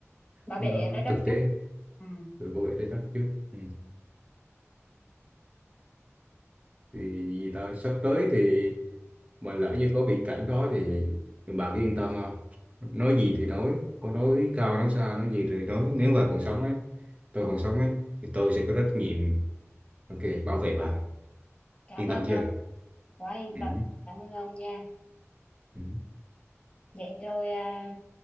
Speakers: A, on the left (about 20°); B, on the right (about 25°).
A: bảo
B: nó
A: vệ trái đất
B: thực
A: chút
B: tế
A: ừ.
B: rồi bảo vệ trái đất chứ ừ. thì vì ta sắp tới thì mà lỡ như có viễn cảnh đó thì bà cứ yên tâm ha nói gì thì nói có nói cao nói xa nói gì thì nói nếu bà còn sống ấy tôi còn sống ấy thì tôi sẽ có trách nhiệm ok bảo vệ bà
A: cảm
B: yên
A: ơn
B: tâm chưa
A: ông quá yên
B: ừ
A: tâm cảm ơn ông nha
B: ừ,
A: vậy tôi à,